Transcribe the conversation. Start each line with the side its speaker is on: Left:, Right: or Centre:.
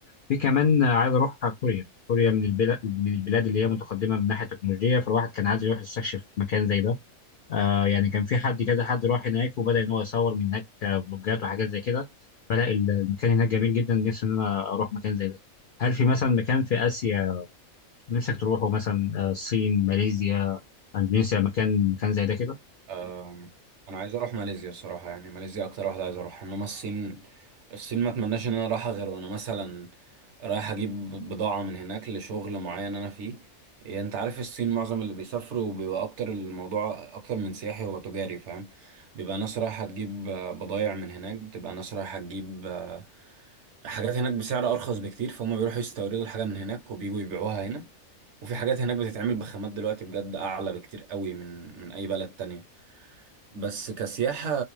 Left: في كمان آه، عايز اروح كوريا كوريا من البلاد من البلاد اللي هي متقدمه من ناحيه التكنولوجيا فالواحد كان عايز يروح يستكشف مكان زي ده آه يعني كان في حد كده حد راح هناك وبدأ ان هو يصور من هناك آه، بلوجات وحاجات زي كده فلا ال- المكان هناك جميل جدا نفسي ان انا اروح مكان زي ده هل في مثلا مكان في اسيا نفسك تروحه مثلا آه، الصين ماليزيا اندونيسيا مكان مكان زي ده كده
Right: آم، انا عايز اروح ماليزيا الصراحه يعني ماليزيا اكتر واحده عايز اروح انما الصين الصين ما اتمناش ان انا اروحها غير وانا مثلا رايح اجيب بضاعه من هناك لشغل معين انا فيه يعني انت عارف الصين معظم اللي بيسافروا بيبقى اكتر الموضوع اكتر من سياحي هو تجاري فاهم بيبقى ناس رايحه تجيب آه، بضايع من هناك بتبقى ناس رايحه تجيب آه، حاجات هناك بسعر ارخص بكتير فهم بيروحوا يستوردوا الحاجه من هناك وبييجوا يبيعوها هنا وفي حاجات هناك بتتعمل بخامات دلوقتي بجد اعلى بكتير قوي من من اي بلد تانية بس كسياحة